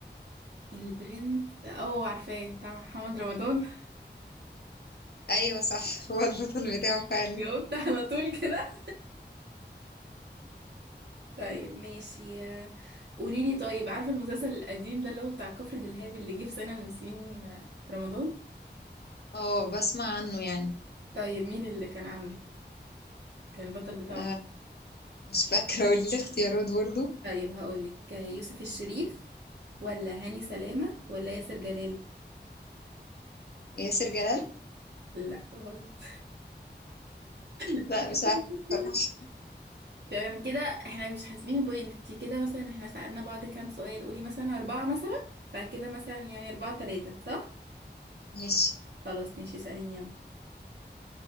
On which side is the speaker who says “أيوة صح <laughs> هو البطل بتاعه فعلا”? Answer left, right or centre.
Left